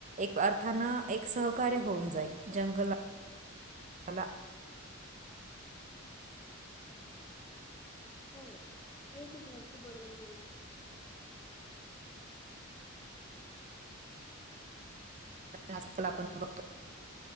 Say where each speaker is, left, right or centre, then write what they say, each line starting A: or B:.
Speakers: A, on the right; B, on the left.
A: एक अर्थान एक सहकार्य होऊन जाईल जंगल आला
B: हो हे तुम्ही अगदी बरोबर बोललात.
A: आजकाल आपण बघतो.